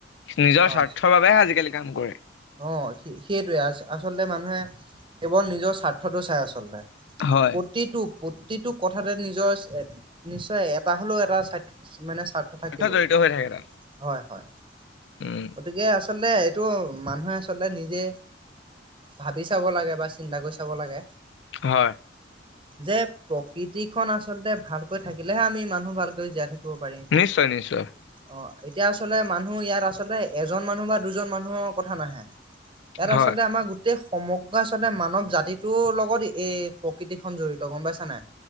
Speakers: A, on the left (about 75°); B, on the right (about 30°).
A: নিজৰ
B: হয়
A: স্বাৰ্থৰ বাবেহে আজিকালি কাম কৰে।
B: অ, সেইটোৱে আচলতে মানুহে কেৱল নিজৰ স্বাৰ্থটো চাই আচলতে।
A: হয়
B: প্ৰতিটো প্ৰতিত টো কথাতে নিজৰ, নিশ্চয় এটা হলও এটা চা মানে স্বাৰ্থ থাকিবই।
A: জড়িত হৈ থাকে তাত
B: হয় হয়।
A: উম
B: গতিকে আ আচলতে এইটো মানুহে আচলতে নিজে, ভাবি চাব লাগে বা চিন্তা কৰি চাব লাগে।
A: হয়।
B: যে, প্ৰকৃতিখন আচলতে ভালকৈ থাকিলেহে আমি মানুহ ভালকৈ জীয়াই থাকি ব, পাৰিম,
A: নিশ্চয় নিশ্চয়
B: অ'। এতিয়া আচলতে মানুহ ইয়াত আচলতে এজন মানুহ বা দুজন মানুহক কথা নাহে। ইয়াত
A: হয়
B: আচলতে আমাৰ গোট গোটেই সমগ্ৰ আচলতে মানৱ জাতিটো লগত এই প্ৰকৃতি খন জড়িত গম পাইছা নাই?